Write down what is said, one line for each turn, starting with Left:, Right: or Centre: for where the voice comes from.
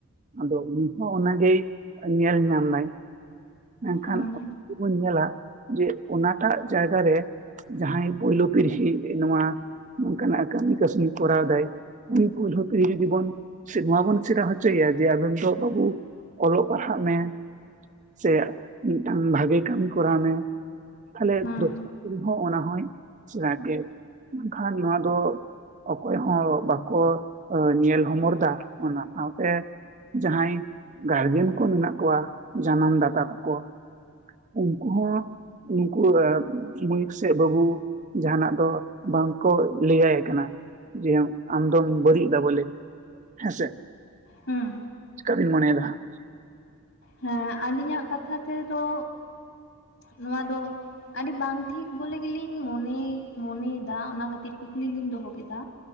Right: ᱟᱫᱚ ᱱᱤᱛ ᱦᱚᱸ ᱚᱱᱟᱜᱮᱭ ᱧᱮᱞ ᱧᱟᱢᱱᱟᱭ ᱮᱱᱠᱷᱟᱱ
Left: ᱦᱩᱸ
Right: <inaudible> ᱧᱮᱞᱟ ᱡᱮ ᱚᱱᱟᱴᱟᱜ ᱡᱟᱭᱜᱟ ᱨᱮ ᱡᱟᱦᱟᱸᱭ ᱯᱳᱭᱞᱳ ᱯᱤᱲᱦᱤ ᱱᱚᱣᱟ ᱱᱚᱝᱠᱟᱱᱟᱜ ᱠᱟᱹᱢᱤ ᱠᱟᱹᱥᱱᱤ ᱠᱚᱨᱟᱣ ᱫᱟᱭ ᱩᱱᱤᱠᱩ <inaudible> ᱠᱤᱨᱭᱟᱹ ᱡᱤᱵᱚᱱ ᱥᱮ ᱱᱚᱣᱟ ᱵᱚᱱ ᱥᱮᱲᱟ ᱦᱚᱪᱚᱭᱮᱭᱟ᱾ ᱡᱮ ᱟᱵᱮᱱ ᱫᱚ ᱵᱟᱹᱵᱩ ᱚᱞᱚᱜ ᱯᱟᱲᱦᱟᱜ ᱢᱮ, ᱥᱮ ᱢᱤᱫᱴᱟᱝ ᱵᱷᱟᱹᱜᱮ ᱠᱟᱹᱢᱤ ᱠᱚᱨᱟᱣ ᱢᱮ᱾ ᱛᱟᱦᱞᱮ
Left: ᱦᱩᱸ
Right: ᱛᱚ ᱦᱚᱸ ᱚᱱᱟ ᱦᱚᱭ ᱥᱮᱬᱟ ᱠᱮᱫᱽ ᱢᱮᱱᱠᱷᱟᱱ ᱱᱚᱣᱟ ᱫᱚ ᱚᱠᱚᱭ ᱦᱚᱸ ᱵᱟᱠᱚ ᱧᱮᱞ ᱦᱚᱢᱚᱨ ᱫᱟ᱾ ᱚᱱᱟ ᱥᱟᱶᱛᱮ ᱡᱟᱦᱟᱸᱭ ᱜᱟᱨᱡᱮᱱ ᱠᱚ ᱢᱮᱱᱟᱜ ᱠᱚᱣᱟ᱾ ᱡᱟᱱᱟᱢ ᱫᱟᱛᱟ ᱛᱟᱠᱚ᱾ ᱩᱱᱠᱩ ᱦᱚᱸ ᱩᱱᱠᱩ ᱮᱯ ᱢᱟᱹᱭᱤᱠ ᱥᱮ ᱵᱟᱹᱵᱩ ᱡᱟᱦᱟᱸᱱᱟᱜ ᱫᱚ ᱵᱟᱝ ᱠᱚ ᱞᱟᱹᱭᱟᱭ ᱠᱟᱱᱟ᱾ ᱡᱮ ᱟᱢ ᱟᱢᱫᱚᱢ ᱵᱟᱹᱡᱤᱡ ᱫᱟ ᱵᱚᱞᱮ ᱦᱮᱸᱥᱮ᱾
Left: ᱦᱩᱸ
Right: ᱪᱮᱠᱟ ᱵᱤᱱ ᱢᱚᱱᱮᱭᱫᱟ?
Left: ᱦᱮᱸ ᱟᱞᱤᱧᱟᱜ ᱠᱟᱛᱷᱟ ᱛᱮᱫᱚ ᱱᱚᱣᱟ ᱫᱚ ᱟᱹᱰᱤ ᱵᱟᱝ ᱴᱷᱤᱠ ᱵᱚᱞᱮ ᱜᱮᱞᱤᱝ ᱢᱚᱱᱮ ᱢᱚᱱᱮᱭᱮᱫᱟ᱾ ᱚᱱᱟ ᱠᱷᱟᱹᱛᱤᱨ ᱠᱩᱠᱞᱤ ᱞᱤᱧ ᱫᱚᱦᱚ ᱠᱮᱫᱟ᱾